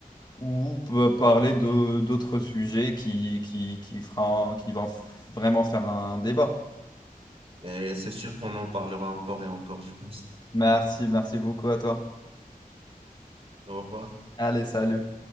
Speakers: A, on the left; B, on the right.
A: ou peut parler de d'autres sujets qui, qui, qui fera, qui vont f- vraiment faire un débat.
B: Et c'est sûr qu'on en parlera encore et encore, je pense.
A: Merci, merci beaucoup à toi.
B: Au revoir.
A: Allez, salut.